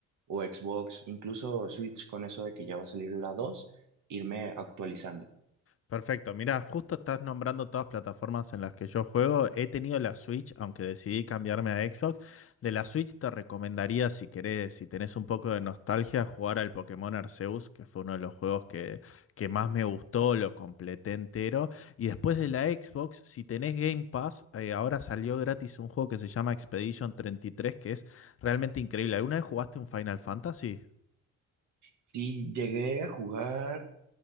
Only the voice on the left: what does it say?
Perfecto, mira, justo estás nombrando todas plataformas en las que yo juego. He tenido la Switch, aunque decidí cambiarme a Xbox. De la Switch te recomendaría, si querés, si tenés un poco de nostalgia, jugar al Pokémon Arceus, que fue uno de los juegos que, que más me gustó, lo completé entero. Y después de la Xbox, si tenés Game Pass, eh, ahora salió gratis un juego que se llama Expedition treinta y tres, que es realmente increíble. ¿Alguna vez jugaste un Final Fantasy?